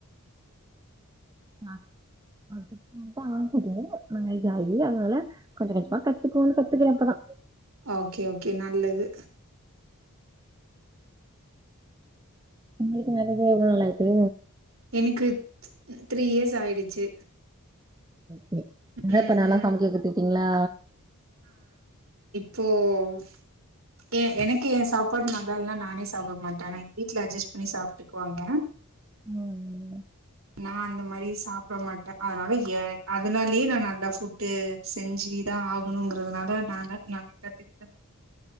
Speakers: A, on the right; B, on the right.
A: ஆ <inaudible> அதனால கொஞ்ச கொஞ்சமா கத்துக்கோன் கத்துக்குற இப்பதா
B: ஓகே ஓகே நல்லது
A: உங்குளுக் மேரேஜாயி எவ்ளோ நாளியிட்டு
B: எனக்குத் த்ரீ இயர்ஸ் ஆயிடுச்சு
A: ப இந்த
B: ம்,
A: இப்ப நல்லா
B: ம்.
A: சமைக்க கத்துட்டீங்களா
B: டோஃப் ஏ எனக்கு ஏ சாப்பாடு நல்லா இல்னா நானே சாப்ட மாட்டே ஆனா எங் வீட்ல அஜஸ் பண்ணி சாப்ட்டுக்குவாங்க
A: ம் ம் ம்
B: நா அந்த மாதிரி சாப்ட மாட்டே அதனால ஏ அதனாலயே நா நல்லா ஃபுட்டு செஞ்சிதா ஆகூங்கிறதுனால நான நானெ கத்துக்கிட்டே